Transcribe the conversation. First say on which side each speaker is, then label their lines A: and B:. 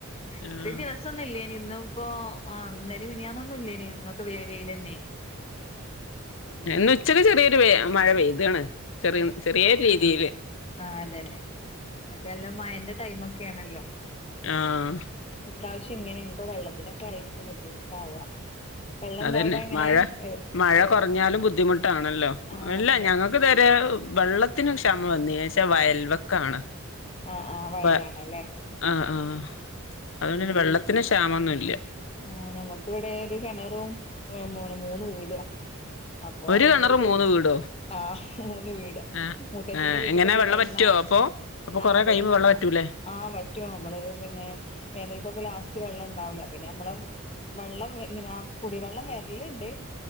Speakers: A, on the left; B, on the left.
A: ആഹ്
B: ഇത്രേം ദിവസന്നുല്ലേ നിം ഇന്നും ഇപ്പൊ ആ ഇന്നലേം മിനിഞ്ഞാന്നൊന്നും ഇല്ലേനിം അന്നൊക്കെ വ വെയിലന്നെന്
A: ന്ന് ഇന്ന് ഉച്ചക്ക് ചെറിയൊരു വെ മഴ പെയ്താണ് ചെറിയ ചെറിയരു രീതിയില്
B: ആ അതന്നെ മറ്റല്ലാം മയന്റെ ടൈമ് ഒക്കെയാണല്ലോ
A: ആഹ്
B: ഇപ്രാവശ്യം ഇങ്ങനെ ഇനിയിപ്പോ വെള്ളത്തിലൊക്കെ ആയിരിക്കും ബുദ്ധിമുട്ടാവ വെള്ളം ഇണ്ടോ
A: അതന്നെ
B: അവിടെ എങ്ങനെ
A: മഴ
B: വെ
A: മഴ
B: വെള്ളം
A: കൊറഞ്ഞാലും ബുദ്ധിമുട്ടാണല്ലോ
B: ആഹ്
A: അല്ല
B: അതന്നെ
A: ഞങ്ങക്ക് തരെ വെള്ളത്തിന് ക്ഷ മംവന്നില്ലാച്ചാ വയൽവക്കാണ്
B: ആഹ് ആഹ് വയലാണല്ലേ
A: അപ്പ ആഹ് ആഹ് അതുകൊണ്ട് വെള്ളത്തിന് ക്ഷാമമൊന്നുല്ല
B: ആഹ് ഞമ്മക്ക് ഇവിടെ ഒരു കിണറും എ് മൂ മൂന്ന് വീടുവാ അപ്പൊ
A: ഒരു
B: ഒന്ന്ച്ചു
A: കിണറ് മൂന്ന് വീടോ
B: ആഹ് മൂന്ന് വീട്
A: ആഹ്
B: മൂത്തച്ഛന്റെ
A: ആഹ്
B: വീട്ടത്തെ
A: എങ്ങനെ
B: കെണറന്നാണ്
A: വെള്ളം വറ്റോ അപ്പൊ അപ്പൊ കൊറെ
B: ആഹ് അത്
A: കഴിയുമ്പോ വെള്ളം വറ്റൂലേ
B: ആഹ് വറ്റുവ മ്മള് പിന്നെ വേനൽക്കൊക്കെ ലാസ്റ്റ് വെള്ളം ഇണ്ട് ണ്ടാവുല്ല പിന്നെ മ്മള് വെള്ളം ഇങ്ങനെ കുടിവെള്ളം വരലണ്ട്